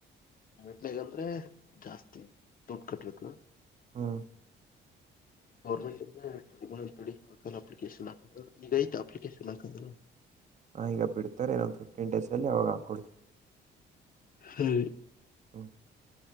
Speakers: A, on the left (about 45°); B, on the right (about 35°).
A: ಮೆಟ್ಲೆಗಂದ್ರೆ ಜಾಸ್ತಿ ದುಡ್ಡು ಕಟ್ಟಭೇಕ್ಕು
B: ಹಾ
A: ಗೌರ್ಮೆಂಟ್ಂದ ತಡಿ ತ ಹಾಕನ ಅಪ್ಲಿಕೇಶನ್ ಹಾಕುದ ಈಗ ಐಯ್ತು ಅಪ್ಲಿಕೇಶನ್ ಹಾಕದು
B: ಹಾ ಈಗ ಬಿಡ್ತಾರೆ ಅದು ಫಿಫ್ಟೀನ್ ಡೇಸಲ್ಲಿ ಈಗ ಹಾಕ್ಕೊಳ್ತನೀ
A: ಹುಂ
B: <unintelligible>